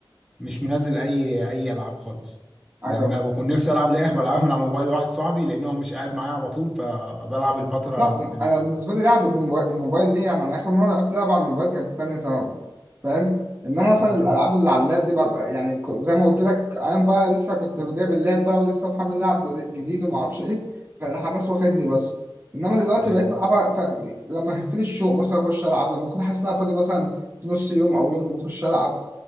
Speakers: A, in the centre; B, on the right.
A: مش منزل اي اي العاب خالص
B: ايوه
A: لما بكون نفسي العب لعبه بلعبها من على موبايل واحد صاحبي لان هو مش قاعد معايا على طول فبلعب الفتره
B: لا
A: من ال...
B: انا بالنسبه لي لعب بالموبايل الموبايل دي يعني انا اخر مره لعبت لعبه على الموبايل كان في تانية ثانوي فاهم انما مثلا
A: مم.
B: الالعاب اللي على اللاب دي بقى يعني ك- زي ما قلت لك ايام بقى لسه كنت جايب اللاب بقى ولسه محمل لعب جد- جديد وما اعرفش ايه كان الحماس واخدني بس انما دلوقتي
A: ايوه
B: بقيت العبها فاهم لما هفيت الشوق مثلا اخش العب لما اكون حاسس ان انا فاضي مثلا نص يوم او يوم بخش العب